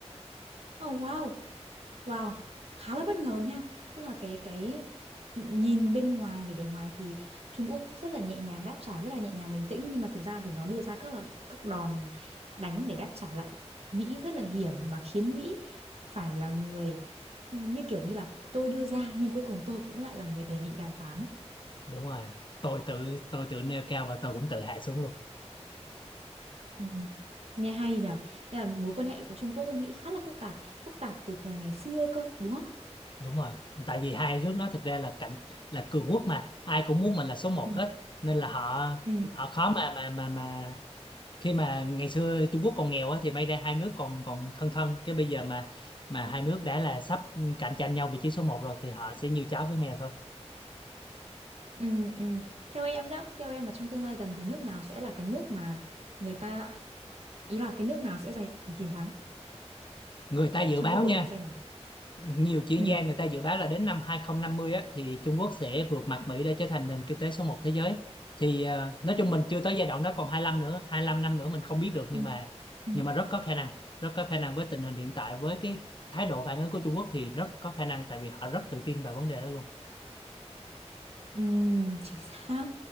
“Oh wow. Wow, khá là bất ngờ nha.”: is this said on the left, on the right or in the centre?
Right